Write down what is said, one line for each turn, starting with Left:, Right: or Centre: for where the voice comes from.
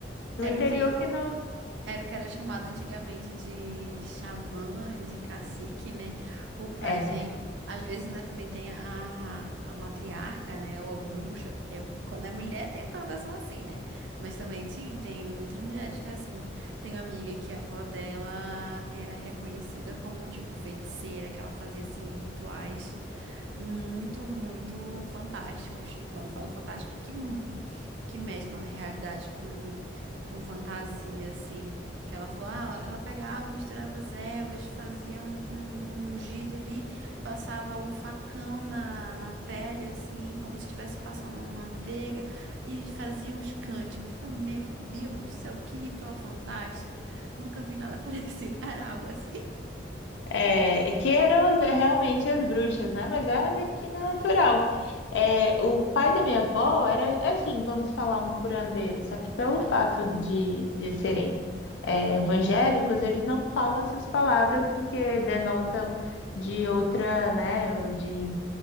Left: No
Right: Era
Left: interior
Right: o quê?
Left: que não
Right: Era o que era chamado antigamente de, de xamã, de cacique, né? O pajem.
Left: é.
Right: Às vezes, né, também tem a, a matriarca, né? Ou a bruxa, porque é- quando é mulher tem a conotação assim, né? Mas também tinha, tem muitas mulheres que é assim. Tem uma amiga que a avó dela era reconhecida como, tipo, feiticeira, que ela fazia, assim, rituais muito, muito fantásticos. Quando falo fantástico, que que mesclam, na realidade, com, com fantasia, assim. Que ela falou, ah, ela, ela pegava, misturava as ervas, fazia um, um, um ungido ali, passava o facão na, na pele, assim, como se estivesse passando uma manteiga, e fazia uns cânticos. Eu falei, meu Deus do céu, que ritual fantástico. Nunca vi nada <laughs> parecido. Era algo assim.
Left: É, que eram as- realmente as bruxas, né? Mas é a medicina natural. É, o pai da minha avó era, assim, vamos falar, um curandeiro, só que pelo fato de, de serem é, evangélicos, eles não falam essas palavras porque denotam de outra, né, ou de